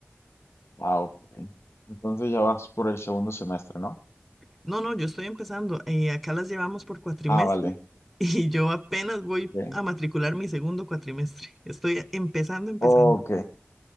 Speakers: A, on the left; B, in the centre.
A: Ah, ok. Entonces ya vas por el segundo semestre, ¿no?
B: No, no, yo estoy empezando. eh, acá las llevamos por cuatrimestre
A: Ah, vale.
B: y yo apenas voy
A: Ok,
B: a matricular mi segundo cuatrimestre. Estoy empezando, empezando.
A: ok,